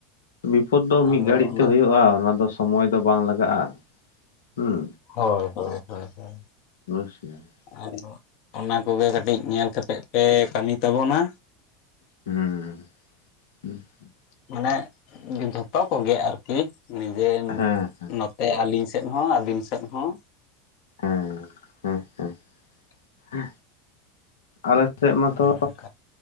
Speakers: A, on the left (about 85°); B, on the left (about 60°).
A: ᱵᱤᱯᱚᱫ ᱫᱚ
B: ᱟᱫᱚ
A: ᱢᱤᱜ ᱜᱷᱟᱹᱲᱤᱡ
B: ᱚᱱᱟᱛᱮ
A: ᱛᱮ ᱦᱩᱭᱩᱜᱼᱟ ᱚᱱᱟ ᱫᱚ ᱥᱚ ᱥᱚᱢᱚᱭ ᱫᱚ ᱵᱟᱝ ᱞᱟᱜᱟᱜᱼᱟ᱾ ᱦᱩᱸ
B: ᱦᱳᱭ ᱦᱳᱭ ᱦᱳᱭ ᱦᱳᱭ
A: <unintelligible>
B: ᱟᱫᱚ ᱚᱱᱟ ᱠᱚᱜᱮ ᱠᱟᱹᱴᱤᱡ ᱧᱮᱞ ᱠᱟᱛᱮᱜ ᱯᱮ ᱠᱟᱹᱢᱤ ᱛᱟᱵᱚᱱᱟ᱾
A: ᱦᱩᱸ
B: ᱢᱟᱱᱮ ᱡᱷᱚᱛᱚ ᱠᱚᱜᱮ ᱟᱨᱠᱤ ᱧᱤᱫᱟᱹ
A: ᱦᱮᱸ
B: ᱱᱚ ᱛᱮ ᱟᱞᱤᱧ ᱥᱮᱫ ᱦᱚᱸ ᱟᱹᱵᱤᱱ ᱥᱮᱫ ᱦᱚᱸ
A: ᱮᱸ ᱦᱮᱸ ᱦᱮᱸ ᱦᱮᱸ ᱟᱞᱮᱥᱮᱜ ᱢᱟᱛᱚ
B: ᱚᱱᱮ ᱚᱱᱠᱟ